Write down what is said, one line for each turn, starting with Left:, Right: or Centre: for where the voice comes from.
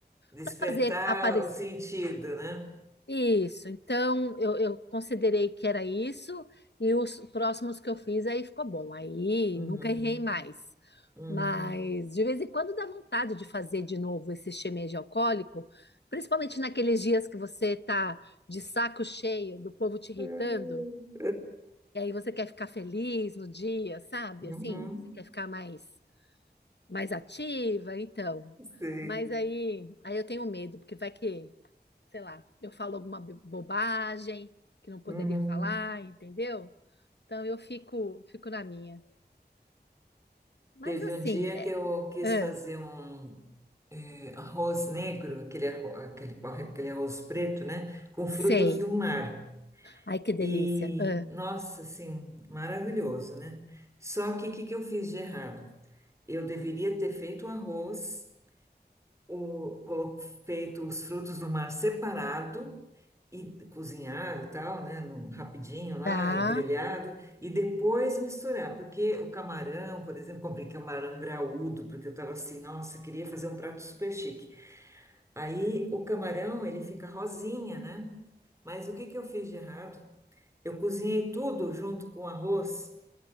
Right: Despertar
Left: para fazer aparecer.
Right: o sentido, né?
Left: Isso, então eu, eu considerei que era isso, e os próximos que eu fiz aí ficou bom, aí
Right: Uhum.
Left: nunca errei mais.
Right: Uhum.
Left: Mas de vez em quando dá vontade de fazer de novo esse shimeji alcoólico, principalmente naqueles dias que você tá de saco cheio do povo te irritando,
Right: Uhum.
Left: e aí você quer ficar feliz no dia, sabe?
Right: Uhum.
Left: Assim, você quer ficar mais, mais ativa, então.
Right: Sei.
Left: Mas aí, aí eu tenho medo, porque vai que sei lá, eu falo alguma be- bobagem que não poderia
Right: Uhum.
Left: falar, entendeu? Então eu fico, fico na minha. Mas
Right: Teve
Left: assim,
Right: um dia
Left: é,
Right: que eu quis
Left: ah,
Right: fazer um. arroz negro, aquele, arro- aquele, aquele arroz preto, né? Com frutos
Left: sei.
Right: do mar.
Left: Ai, que delícia.
Right: E,
Left: Ah,
Right: nossa, assim, maravilhoso, né? Só que o que, que eu fiz de errado? Eu deveria ter feito o arroz, o, colo- feito os frutos do mar separado e cozinhado e tal, né? num- rapidinho lá,
Left: tá.
Right: grelhado, e depois misturar, porque o camarão, por exemplo, comprei camarão graúdo, porque eu tava assim, nossa, queria fazer um prato super chique. Aí o camarão, ele fica rosinha, né? Mas o que que eu fiz de errado? Eu cozinhei tudo junto com o arroz.